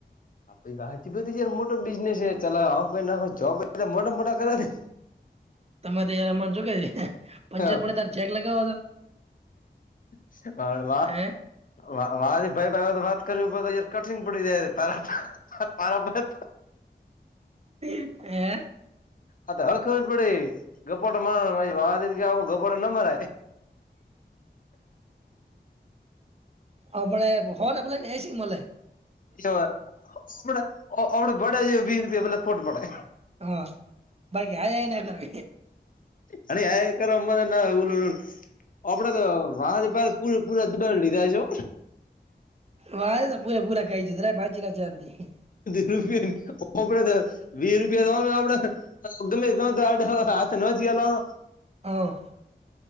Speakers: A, on the left (about 50°); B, on the right (about 35°).
A: પ વા બધી જયાર મોટો બિઝનેસ ચલામ, કોઈ ના જોબ મોટા-મોટા કરે.
B: તમેરે તોય રમા છો કે છે. પંચર
A: હા,
B: પડે તાર ચેક લગાવો તો
A: હ, વારે
B: હે
A: વા ભાઈ વાત કરે, કઠંગ પડી જાય, તારા તારા.
B: હ.
A: આ હવે ખબર પડે, ગપ્પટ મા વાતી કે, ગપ્પટ નંબર.
B: અ મને હન એ બને નશમલે- <unintelligible>
A: કેયમમ બડ જે વી રૂપિયા મતલબ- <unintelligible> ખોટ પડે.
B: હા બાકી હાય હાય ના કરવી
A: અને આ કર અ ના ઉલલ- <unintelligible> આપડે તો, વા પૂરે પૂરાબ લીધા છો.
B: વા એ તો પૂરા પૂરા કાય છે તરા બાચીલા ચી- <unintelligible>
A: રૂપિયાડ <unintelligible> વીસ રૂપિયા દવાનું આપ, ડે ગમે હાથ ન જયા લનો.
B: હા,